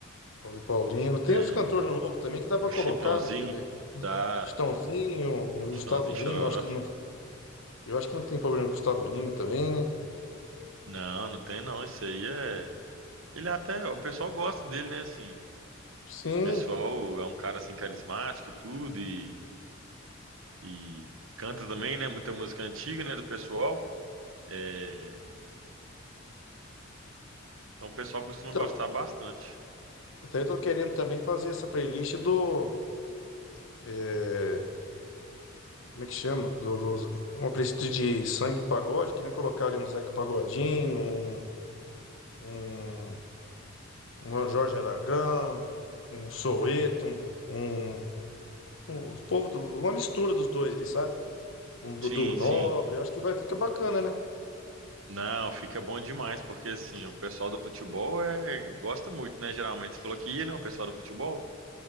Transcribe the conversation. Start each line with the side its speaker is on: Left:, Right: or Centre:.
Left: Paulo e Paulino. Tem
Right: é,
Left: os cantores novos também que dá pra
Right: um
Left: colocar,
Right: Chitãozinho
Left: né? Que é
Right: da
Left: Chitãozinho, o Gustavo
Right: Chitãozinho
Left: Lima,
Right: Chororó.
Left: eu acho que não, eu acho que não tem problema com o Gustavo Lima também, né?
Right: Não, não tem não. Isso aí é. Ele até. O pessoal gosta dele, né? Assim, o
Left: Sim.
Right: pessoal é um cara assim carismático e tudo, e e canta também, né? Muita música antiga, né, do pessoal. É, então o pessoal costuma
Left: Então,
Right: gostar bastante.
Left: então eu tô querendo também fazer essa playlist do. é, como é que chama? Do, do- uma playlist de sangue pagode, queria colocar ali um Zeca Pagodinho, um um, um Jorge Aragão, um Soweto, um, um, um povo do- uma mistura dos dois, ele sabe? Um Dudu
Right: Sim,
Left: Nobre,
Right: sim.
Left: eu acho que vai ficar bacana, né?
Right: Não, fica bom demais, porque assim, o pessoal do futebol é, gosta muito, né? Geralmente você falou que ia, né? O pessoal do futebol.